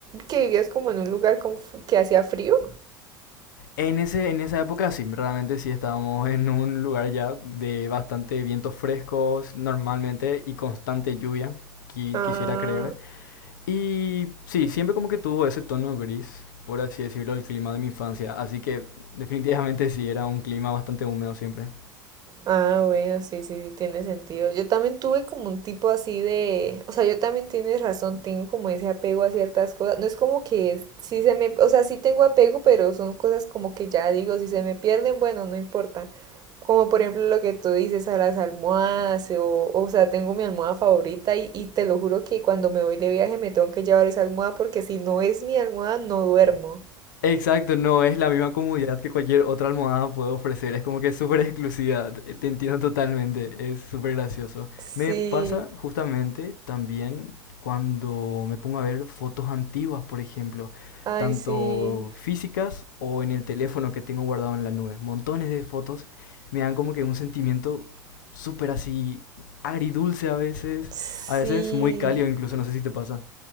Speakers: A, on the right; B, on the left.
A: que vivías como en un lugar con f- que hacía frío.
B: En ese, en esa época sí, realmente sí estábamos en un lugar ya de bastante vientos frescos normalmente y constante lluvia, qui-
A: Ah,
B: quisiera creer. Y sí, siempre como que tuvo ese tono gris, por así decirlo, el clima de mi infancia. Así que definitivamente sí, era un clima bastante húmedo siempre.
A: Ah, bueno, sí, sí, sí, tiene sentido. Yo también tuve como un tipo así de, o sea, yo también tienes razón, tengo como ese apego a ciertas cosas. No es como que es- sí se me, o sea, sí tengo apego, pero son cosas como que ya digo, si se me pierden, bueno, no importa. Como por ejemplo lo que tú dices a las almohadas, o, o sea, tengo mi almohada favorita y, y te lo juro que cuando me voy de viaje me tengo que llevar esa almohada porque si no es mi almohada no duermo.
B: Exacto, no es la misma comodidad que cualquier otra almohada puede ofrecer, es como que es súper exclusiva, te te entiendo totalmente, es súper gracioso.
A: Sí,
B: Me pasa justamente también cuando me pongo a ver fotos antiguas, por ejemplo,
A: ay,
B: tanto
A: sí,
B: físicas o en el teléfono que tengo guardado en la nube. Montones de fotos me dan como que un sentimiento súper así agridulce a veces,
A: sí.
B: a veces muy cálido incluso, no sé si te pasa.